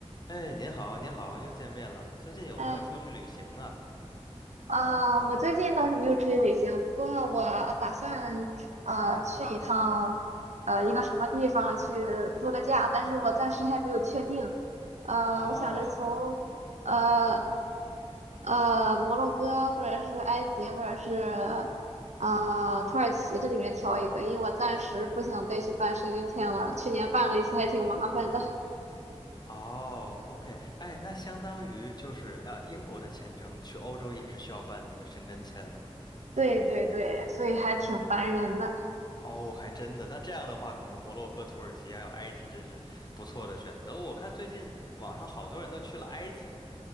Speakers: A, on the left; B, on the right.
A: 哎，您好，您好，又见面了。最近有没有出去旅行啊？
B: 哎啊，我最近倒是没有出去旅行，不过我打算呃去一趟呃一个什么地方去度个假，但是我暂时还没有确定。呃，
A: 哦，
B: 我想着从呃呃摩洛哥或者是埃及或者是呃土耳其这里面挑一个，因为我暂时不想再去办申根签了，去年办了一次还挺麻烦的。<laughs>
A: 哦，OK，哎，那相当于就是呃，英国的签证去欧洲也是需要办那个申根签的嘛？
B: 对对对，所以还挺烦人的。
A: 哦，还真的。那这样的话，可能摩洛哥、土耳其还有埃及真是不错的选择。我看最近网上好多人都去了埃及。